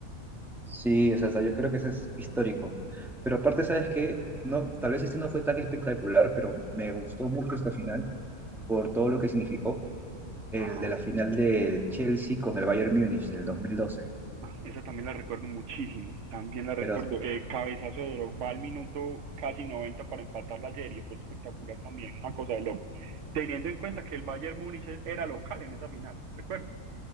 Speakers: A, in the centre; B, on the right.
A: Sí, es hasta yo creo que ese es histórico. Pero aparte, ¿sabes qué? No, tal vez este no fue tan espectacular, pero me gustó mucho esta final por todo lo que significó el
B: Ajá.
A: de la final del Chelsea con el Bayern Múnich del 2012.
B: Ah, esa también la recuerdo muchísimo, también la recuerdo.
A: Pero
B: Eh, cabezazo de Drogba al minuto casi 90 para empatar la serie, fue espectacular también, una cosa de loco. Teniendo en cuenta que el Bayern Múnich era local en esa final, recuerdo.